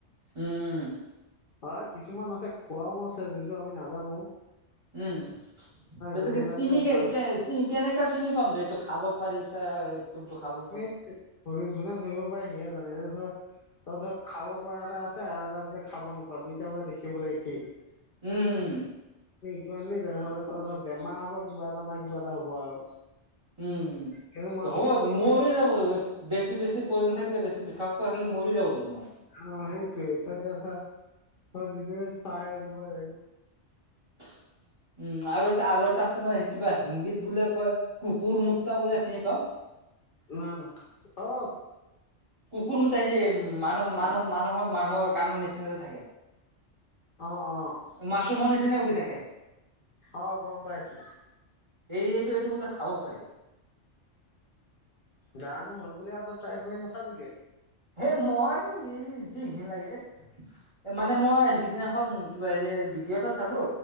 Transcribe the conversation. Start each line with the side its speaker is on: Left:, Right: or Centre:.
Right: উম
Left: অ কিছুমান আছে খোৱাও আছে যোনটো আমি নাজানো
Right: উম ততিকে
Left: যোনবিলাকে
Right: চিনিে কে
Left: জানে
Right: কেনেকাে চিনি পাম যে এইটো খাব পাৰিছ কোনটো খাব নোৱাৰি
Left: শৰীৰ যোনে ধৰিব পাৰেি জান এই ধৰ ত ধৰ খাব পৰা এটা আছে আৰু এটা যে খাব নোপোৱা দুইটা বোলে দেখিবলৈলে সি
Right: উম উ
Left: আনিলি তেনেহলে তই ধৰ বেমাৰ হ'ব কিবা এটা নাই কিবা এটা হ'ব আৰু
Right: উম
Left: কিন্তু মাছৰুম
Right: হব মৰি যাব বেছি বেছি প্ৰোজন থাকে বেছি বিষাকক্ত থাকে ম যাব দে সিমান
Left: অ সেইটোয়েই তই এতিয়া আ চা তই নিজে চাই আ দিব লাগিব
Right: <unintelligible> উম আৰু এটা আৰু এটা আছে নহয় কিবা হিন্দীত বুল কয় কুকুৰ মুত্তা বোলে চিনি পাও
Left: ন না অ
Right: কোন মতোই যে মানুহ
Left: কৰিলো
Right: মানুহ মানুহৰ মানুহৰ কানৰ নিচিনাতে থাকে
Left: অ অ
Right: মছুম নিচিনেে উগি থাকে
Left: অ গম পাইছো
Right: এই এইটো বোলে খাব পাৰি
Left: জানো হল বুলি আৰুত ট্ৰাই কৰি নাচাবিকে
Right: হে মই যি ঘিণ লাগে এ মানে মই সেইকেইদিনাখন কিবা হেৰি বিডিঅ এটা চালো